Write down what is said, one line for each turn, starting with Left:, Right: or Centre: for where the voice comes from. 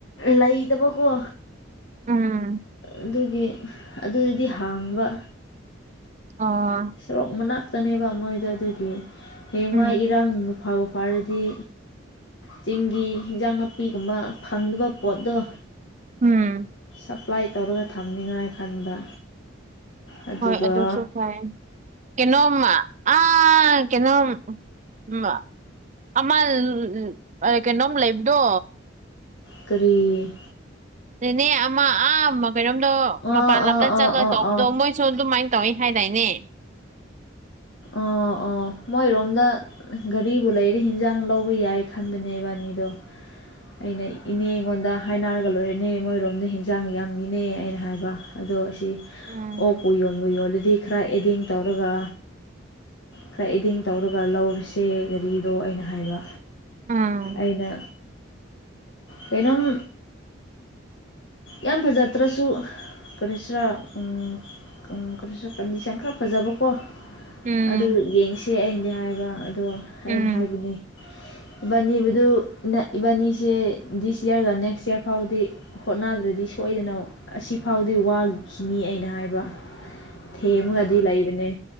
Left: ꯂꯩꯇꯕꯀꯣ
Right: ꯎꯝ
Left: ꯑꯗꯨꯒꯤ ꯑꯗꯨꯢꯗꯤ ꯍꯥꯡꯕ
Right: ꯑꯣ
Left: ꯁꯣꯔꯣꯛ ꯃꯅꯥꯛꯇꯅꯦꯕ ꯃꯣꯏꯗꯣ ꯑꯗꯨꯒꯤ ꯍꯌꯦꯡꯋꯥꯏ
Right: ꯎꯝ
Left: ꯏꯔꯥꯡ ꯐꯕꯨ ꯐꯥꯔꯗꯤ ꯆꯤꯡꯒꯤ ꯑꯦꯟꯖꯥꯡ ꯅꯥꯄꯤꯒꯨꯝꯕ ꯐꯪꯗꯕ ꯄꯣꯠꯇꯣ
Right: ꯎꯝ
Left: ꯑꯦꯞꯄ꯭ꯂꯥꯢ ꯇꯧꯔꯒ ꯊꯝꯅꯤꯡꯉꯥꯢ ꯈꯟꯕ ꯑꯗꯨꯒ
Right: ꯍꯣꯢ ꯑꯗꯨꯁꯨ ꯐꯩꯌ‌ꯦ ꯀꯩꯅꯣꯝꯃ ꯑꯥ ꯀꯩꯅꯣꯝ ꯃ ꯑꯃ ꯑ ꯀꯩꯅꯣꯝ ꯂꯩꯕꯗꯣ
Left: ꯀꯔꯤ
Right: ꯅ‌ꯦꯅꯦ ꯑꯃ ꯑꯥ ꯑꯃ ꯀꯩꯅꯣꯝꯗꯣ
Left: ꯑꯥ
Right: ꯃꯄꯥꯟ ꯂꯝꯗ
Left: ꯑꯥ ꯑꯥ
Right: ꯆꯠꯂ
Left: ꯑꯥ
Right: ꯇꯧꯕꯗꯣ
Left: ꯑꯥ
Right: ꯃꯣꯢ ꯁꯨ ꯑꯗꯨꯃꯥꯏꯅ ꯇꯧꯋꯤ ꯍꯥꯏꯗꯥꯏꯅꯦ
Left: ꯑꯣ ꯑꯣ ꯃꯣꯢꯔꯣꯝꯗ ꯒꯔꯤꯕꯨ ꯂꯩꯔꯗꯤ ꯍꯤꯟꯖꯥꯡ ꯂꯧꯕ ꯌꯥꯏ ꯈꯟꯕꯅꯦꯕꯥ ꯑꯅꯤꯗꯣ ꯑꯩꯅ ꯏꯅꯦ ꯑꯩꯉꯣꯟꯗ ꯍꯥꯢꯅꯔꯒ ꯂꯣꯢꯔꯦꯅꯦ ꯃꯣꯏꯔꯣꯝꯗ ꯍꯤꯟꯖꯥꯡ ꯌꯥꯝꯃꯤꯅꯦ ꯑꯩꯅ ꯍꯥꯢꯕ ꯑꯗꯣ ꯑꯁꯤ
Right: ꯎꯝ
Left: ꯑꯣꯛꯄꯨ ꯌꯣꯟꯕꯨ ꯌꯣꯜꯂꯗꯤ ꯈꯔ ꯑꯦꯗꯤꯡ ꯇꯧꯔꯒ ꯈꯔ ꯑꯦꯗꯤꯡ ꯇꯧꯔꯒ ꯂꯧꯔꯁꯦ ꯒꯥꯔꯤꯗꯣ ꯑꯩꯅ ꯍꯥꯢꯕ
Right: ꯎꯝ
Left: ꯑꯩꯅ ꯀꯩꯅꯣꯝ ꯌꯥꯝ ꯐꯖꯗ꯭ꯔꯁꯨ ꯀꯔꯤ‌ ꯁꯤꯔꯥ ꯎꯝ ꯎꯝ ꯀꯔꯁꯨ ꯀꯟꯗꯤꯁꯟ ꯈꯔ ꯐꯖꯕꯀꯣ
Right: ꯎꯝ
Left: ꯑꯗꯨ ꯌꯦꯡꯁꯦ ꯑꯩꯅꯗꯤ ꯍꯥꯢꯕ ꯑꯗꯣ ꯑꯩꯅ
Right: ꯎꯝ
Left: ꯍꯥꯢꯕꯅ‌ꯦ ꯏꯕꯥꯟꯅꯤꯕꯨꯗꯨ ꯏꯕꯥꯟꯅꯤꯁꯦ ꯗꯤꯁ ꯏꯌꯥꯔꯒ ꯅꯦꯛꯁ ꯏꯌꯥꯔ ꯐꯥꯎꯗꯤ ꯍꯣꯠꯅꯗ꯭ꯔꯗꯤ ꯁꯣꯢꯗꯅ ꯑꯁꯤꯐꯥꯎꯗꯤ ꯋꯥꯈꯤꯅꯤꯌꯦ ꯑꯩꯅ ꯍꯥꯢꯕ ꯊꯦꯝꯃꯒꯗꯤ ꯂꯩꯕꯅꯦ